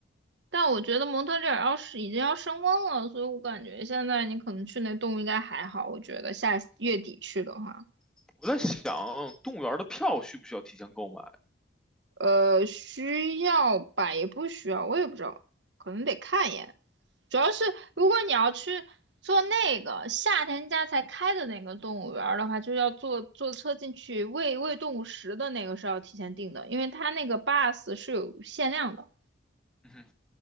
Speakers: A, on the right; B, in the centre.
A: 但我觉得蒙特利尔要是已经要升温了，所以我感觉现在你可能去那动物应该还好。我觉得下月底去的话。
B: 我在想，动物园儿的票需不需要提前购买？
A: 呃，需要吧，也不需要，我也不知道，可能得看一眼。主要是如果你要去做那个夏天家才开的那个动物园儿的话，就要坐坐车进去喂喂动物食的那个是要提前订的，因为它那个 bus 是有限量的。
B: 嗯哼